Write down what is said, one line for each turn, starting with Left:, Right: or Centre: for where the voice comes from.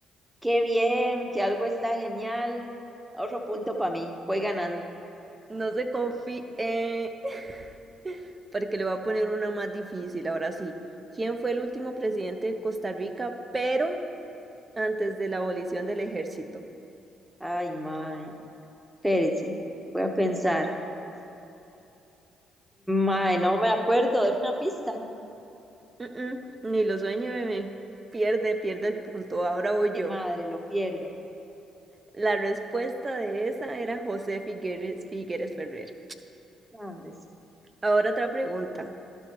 Centre: qué bien, que algo está genial. Otro punto para mí. Voy ganando.
Right: No se confíe, <laughs> porque le voy a poner una más difícil, ahora sí. ¿Quién fue el último presidente de Costa Rica, pero antes de la abolición del ejército?
Centre: Ay, mae. Espérate. Voy a pensar. Mae, no me acuerdo. Deme una pista.
Right: Mm, mm, ni lo sueñe, bebé. Pierde, pierde el punto. Ahora voy
Centre: qué
Right: yo.
Centre: madre, lo pierdo.
Right: La respuesta de esa era José Figueres, Figueres Ferrer.
Centre: No, hombre.
Right: Ahora otra pregunta.